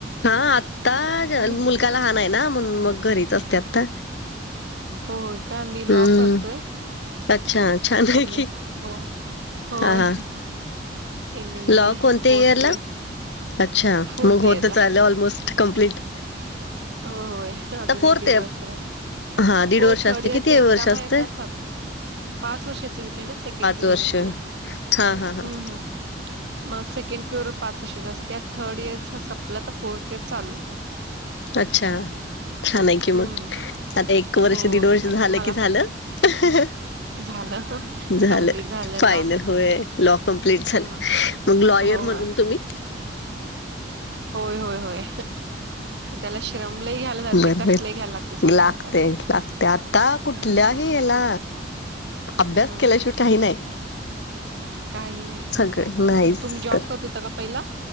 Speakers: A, on the left; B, on the right.
A: हा आत्ता
B: मी
A: मुल त का लहान आहे ना म्हणून मग घरीच असते आता
B: हो काय मी
A: हम्म.
B: लॉ करतोय.
A: अच्छा छान आहे
B: एल एल
A: की
B: हो. होय.
A: हा हा
B: एल एल
A: लॉ
B: बी
A: कोणत्या
B: फोर्थ
A: इयर ला. अच्छा
B: फोर्थ
A: मग होत
B: इयरला.
A: आलं ऑलमोस्ट कं्प्लीट
B: हो होय अजून
A: फोर्थ
B: एक दीड
A: इयर
B: वर्ष आहे.
A: हां, दीड
B: हो
A: वर्ष असते.
B: थर्ड इयर
A: किती
B: एक्झाम
A: वर्ष असते?
B: आहे पाच वर्षा तगन पिर
A: वर्ष.
B: मी
A: हां, हां, हां.
B: हम्म हम्. मग सेकंड पिअर पाचशे जास्त थर्ड इयर संपला तर फोर्थ इयर चालू.
A: अच्छा छान आहे की
B: हं.
A: मग आता एक वर्ष
B: होय.
A: दीड वर्ष
B: आहे
A: झालं
B: मला
A: की झालं. ह.
B: झालं.
A: झालं
B: कंप्लीट
A: फायनल
B: लॉ.
A: होय लॉ कमप्लीट झालं.
B: हं.
A: मग लॉयर
B: होय.
A: म्हणून तुम्ही?
B: होय होय होय. त्याला शिरमल घ्यायला लागते
A: बरं,
B: कष्टल
A: बरं.
B: घ्यायला लागते थोडं
A: लागतंय,
B: नंतर
A: लागतंय. आता कुठल्याही
B: हं,
A: याला अभ्यास
B: हं.
A: केल्याशिवाय काही नाही.
B: काही नाही
A: सगळे नाहीच
B: तुम्ही जॉब
A: तर
B: करत होता का पहिला